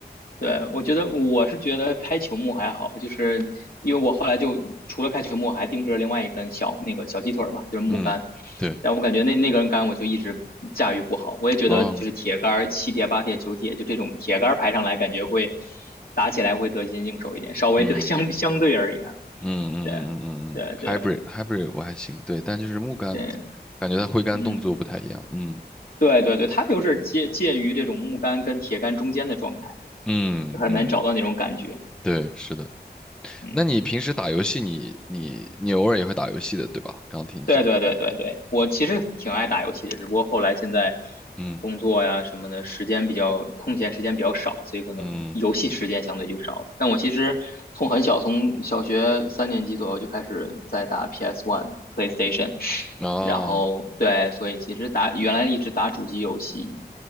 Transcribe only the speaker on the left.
对，我觉得我是觉得开球幕还好，就是因为我后来就除了开球幕，还定制了另外一根小那个小鸡腿儿嘛，就是木杆。
但我感觉那那根杆我就一直驾驭不好，我也觉得就是铁杆七铁八铁九铁，
就这种铁杆排上来，感觉会打起来会得心应手一点，稍微得
<laughs> 相相对而言，
对对对
对，
嗯，
对对对，它就是介介于这种木杆跟铁杆中间的状态，
很难找到那种感觉，
嗯。
对对对对对，我其实挺爱打游戏的，只不过后来现在
工作呀什么的，时间比较空闲，时间比较少，所以可能游戏时间相对就少了。
但我其实从很小，从小学三年级左右就开始在打 PS One、PlayStation，
然后对，所以其实打原来一直打主机游戏，